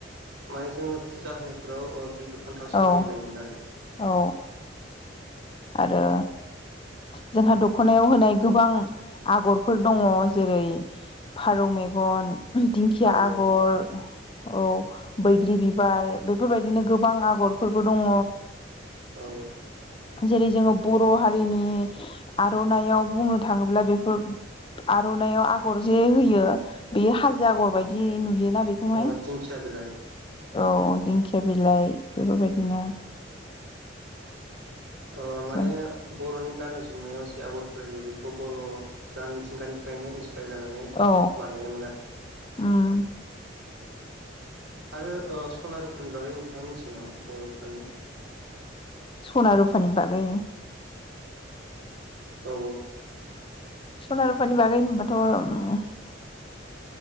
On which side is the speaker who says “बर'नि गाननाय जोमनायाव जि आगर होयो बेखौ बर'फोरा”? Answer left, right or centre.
Right